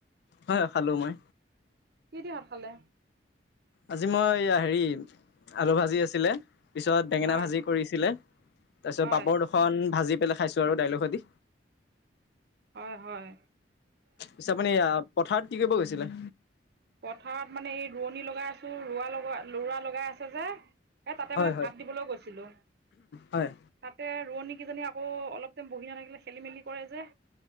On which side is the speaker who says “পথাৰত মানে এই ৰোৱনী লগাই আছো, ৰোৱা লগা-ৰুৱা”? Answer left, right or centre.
Right